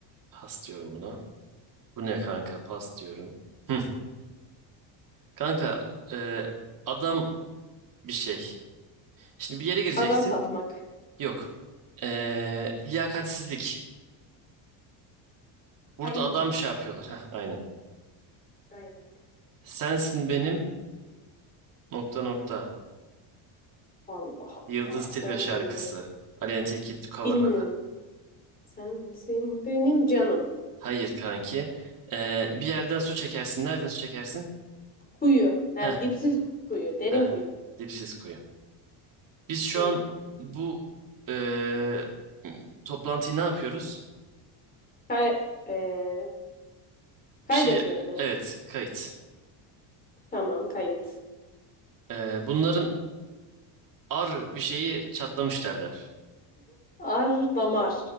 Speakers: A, on the right; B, on the left.
A: Pas diyorum buna. Bu ne kanka? Pas diyorum. Hı. Kanka e, adam bir şey. Şimdi bir yere gireceksin.
B: Adam satmak.
A: Yok. E, liyakatsizlik. Burada
B: Kayırmak.
A: adam şey yapıyorlar. Heh, aynen.
B: Aynen.
A: Sensin benim nokta nokta.
B: Allah
A: Yıldız
B: Allah.
A: Tilbe
B: Sensin
A: şarkısı.
B: ben.
A: Aleyna Tilki coverladı.
B: Bilmiyorum. Sensin benim canım.
A: Hayır kanki. Ee, bir yerden su çekersin. Nereden su çekersin?
B: Kuyu. Ha,
A: Heh,
B: dipsiz kuyu. Derin
A: heh.
B: kuyu.
A: Dipsiz kuyu. Biz şu
B: Hı.
A: an bu ee, toplantıyı ne yapıyoruz?
B: Kay eee, kaydetmek
A: Bir şey,
B: mi?
A: evet, kayıt.
B: Tamam kayıt.
A: Ee, bunların ar bir şeyi çatlamış derler.
B: Ar damar.